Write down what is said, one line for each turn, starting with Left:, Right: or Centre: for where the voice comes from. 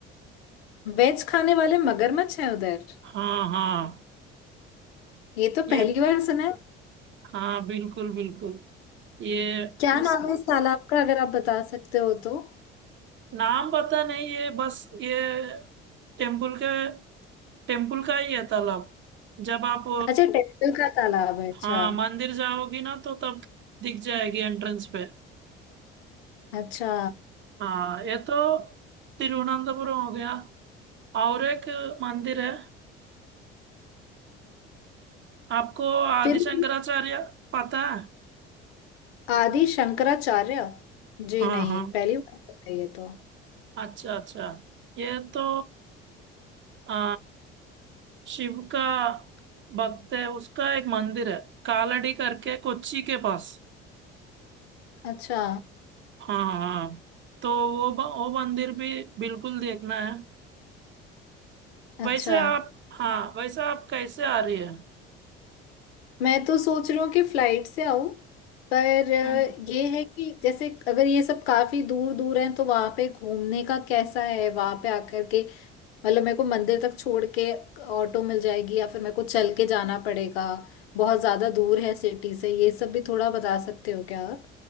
Left: वेज खाने वाले मगरमच्छ हैं उधर
Right: हाँ हाँ
Left: ये तो
Right: ये
Left: पहली बार सुना है
Right: हाँ बिल्कुल बिल्कुल ये
Left: क्या
Right: उस
Left: नाम है इस तालाब का अगर आप बता सकते हो तो
Right: नाम पता नहीं ये बस ये टेम्पल के टेम्पल का ही है तालाब जब आप
Left: अच्छा टेम्पल का तालाब है अच्छा
Right: हाँ मंदिर जाओगी ना तो तब दिख जाएगी एंट्रेंस पे
Left: अच्छा
Right: हाँ ये तो तिरुवनंतपुरम हो गया और एक मंदिर है आपको आदि
Left: तिरु
Right: शंकराचार्य पता है
Left: आदि शंकराचार्य जी
Right: हाँ
Left: नहीं
Right: हाँ
Left: पहली बार सुन रही है ये तो
Right: अच्छा अच्छा ये तो आ, शिव का भक्त है उसका एक मंदिर है कालड़ी करके कोच्चि के पास
Left: अच्छा
Right: हाँ हाँ तो वो ब- वो मंदिर भी बिल्कुल देखना है
Left: अच्छा
Right: वैसे आप हाँ वैसे आप कैसे आ रही है
Left: मैं तो सोच रही हूँ कि फ्लाइट से आऊं पर अ,
Right: हम्म
Left: ये है कि जैसे अगर ये सब काफी दूर दूर है तो वहां पे घूमने का कैसा है वहां पे आकर के मतलब मेरे को मंदिर तक छोड़ के ऑटो मिल जाएगी या फिर मेरे को चल के जाना पड़ेगा बहुत ज्यादा दूर है सिटी से ये सब भी थोड़ा बता सकते हो क्या आप